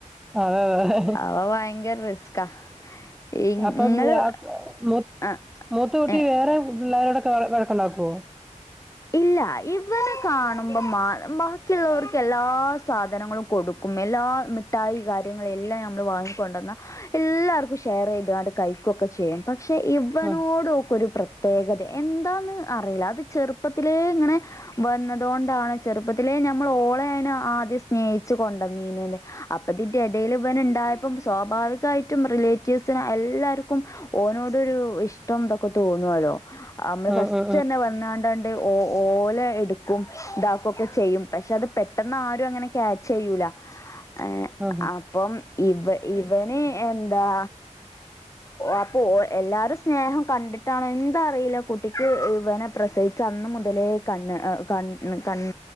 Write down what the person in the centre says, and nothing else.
അതെ അതെ
അപ്പം മൂ
മൂത്ത കുട്ടി
വേറെ പിള്ളേരോടൊക്കെ വഴക്കുണ്ടാക്കുമോ
ആഹ്
ആഹ് ആഹ്
ആഹ് ആഹ്